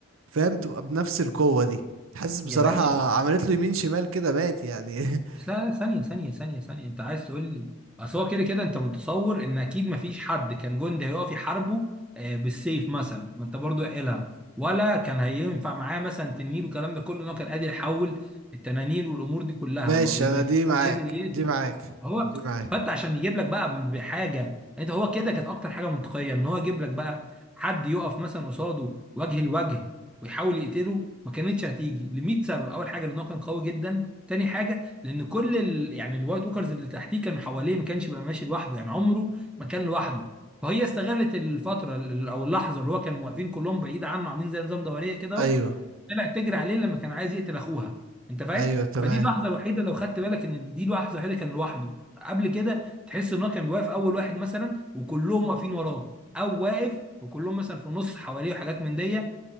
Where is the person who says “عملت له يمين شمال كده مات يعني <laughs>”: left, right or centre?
Right